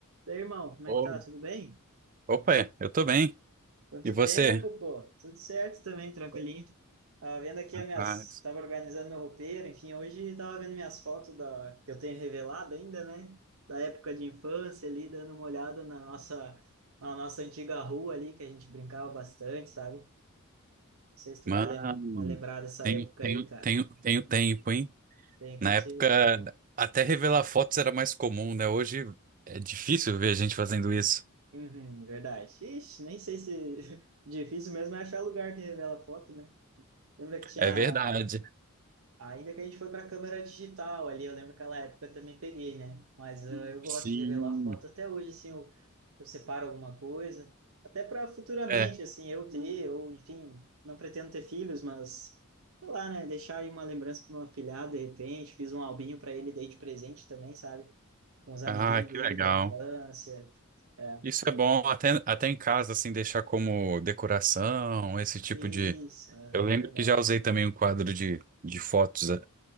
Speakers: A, on the right (about 70°); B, on the right (about 40°).
A: E irmão, como
B: Ô,
A: é que tá? Tudo bem?
B: Opa, eu tô bem.
A: Quanto
B: E você?
A: tempo, pô? Tudo certo também, tranquilinho. Tava vendo aqui
B: Rapaz,
A: as minhas... Tava organizando meu roupeiro, enfim, hoje tava vendo minhas fotos da... que eu tenho revelado ainda, né? Da época de infância ali, dando uma olhada na nossa... na nossa antiga rua ali, que a gente brincava bastante, sabe? Não sei se tu
B: mano,
A: vai, lem... vai lembrar dessa
B: tenho,
A: época
B: tenho,
A: aí, cara.
B: tenho, tenho tempo, hein?
A: Tem aqui
B: Na
A: te...
B: época, até revelar fotos era mais comum, né? Hoje é difícil ver gente fazendo isso.
A: Uhum, verdade. Ixi, nem sei se... <laughs> Difícil mesmo é achar lugar que revela foto, né? Lembra que tinha
B: É verdade.
A: Ainda que a gente foi para câmera digital ali, eu lembro que aquela época eu também peguei, né? Mas eh, eu gosto
B: Sim.
A: de revelar foto até hoje, assim, eu, eu separo alguma coisa, até para futuramente,
B: É.
A: assim, eu ter, ou enfim, não pretendo ter filhos, mas sei lá, né? Deixar aí uma lembrança para uma afilhada, de repente, fiz um albinho para ele, dei de presente também, sabe? Com os amiguinhos
B: Ah, que
A: dele
B: legal.
A: da infância, é,
B: Isso
A: que
B: é
A: é
B: bom até, até em casa, assim, deixar como decoração, esse tipo
A: isso,
B: de.
A: é
B: Eu lembro
A: verdade.
B: que já usei também um quadro de, de fotos eh,